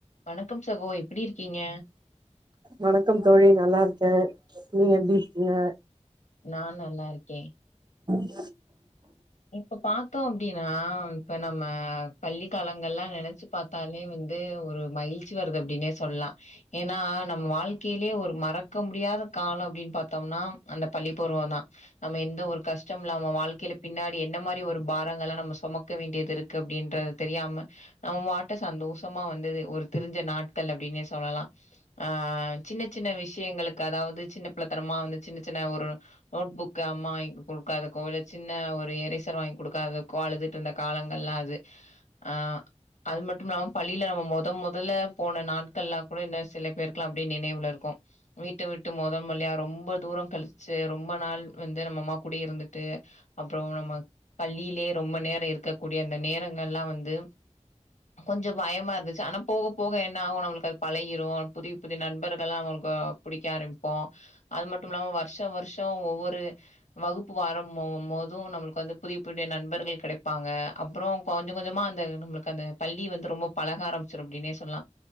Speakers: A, on the left (about 85°); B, on the right (about 35°).
A: வன தும் சகோ எப்புடி இருக்கீங்க
B: வணக்கம் தோழி நல்லா இருக்கேன் நீ எப்புடி இருக்கீங்க
A: நா நல்லா இருக்கே
B: உம்
A: இப்ப பாத்தோம் அப்டின்னா இப்ப நம்ம பள்ளிக்கலங்கள்ல்லா நெனச் ச்சு பாத்தாலே வந்து ஒரு மகிழ்ச்சி வருது அப்புடின்னே சொல்லலாம் ஏன்னா நம்ம வாழ்க்கையிலயே ஒரு மறக்க முடியாத காலம் அப்டின்னு பாத்தோம்னா அந்த பள்ளிப்பருவம் தான் நம்ம எந்த ஒரு கஷ்டம் இல்லாம வாழ்க்கையில பின்னாடி என்ன மாரி ஒரு பாரங்கள்ல்லா நம்ம சுமக்க வேண்டியது இருக்கு அப் அப்படின்றது தெரியாம நம்ம வாட்டு சந்தோஷமா வந்து து ஒரு திறிஞ்ச நாட்கள் அப்டின்னே சொல்லலாம் ஆ சின்ன சின்ன விஷயங்களுக்கு அதாவது சின்ன பிள்ளத்தனமா வந்து சின்ன சின்ன ஒரு நோட் புக் அம்மா இங்கு குடுக்காது கோல சின் ன ஒரு இறைசர் வாங்கி குடுக்காத கு அழுதுட்ருந்த காலங்கள்லா அது ஆ அது மட்டும் இல்லாமல் பள்ளியில நம்ம மொத மொதல்ல போன நாட்கள்லா கூட இன்னும் சில பேர்க்ளாம் அப்டியே நினைவுல இருக்கும் வீட்ட விட்டு மொத மொல்லியா ரொம்ப தூரம் கழிச்சு ரொம்ப நாள் வந்து நம்ம அம்மா கூடயே இருந்துட்டு அப்புறம் நம்ம பள்ளியிலயே ரொம்ப நேரம் இருக்கக்கூடிய அந்த நேரங்கள் லாம் வந்து, கொஞ்சம் பயமா இருந்துச்சு ஆனா போக போக என்ன ஆகும் நம்மளுக்கு அது பழகிரூ புதிய புதிய நண்பர்கள்ல்லாம் நம்மளுக்கு புடிக்க ஆரம்பிப்போம் அது மட்டும் இல்லாம வருஷம் வருஷம் ஒவ்வொரு வகுப்பு வரம்மோ மோத் து நம்மளுக்கு வந்து புதிய புதிய நண்பர்கள் கிடைப்பாங்க அப்புறோம் கொஞ்ச கொஞ்சமா அந்த நம்மளுக்கு அந்த பள்ளி வந்து ரொம்ப பழக ஆரம்பிச்சிரு அப்டினே சொல்லலா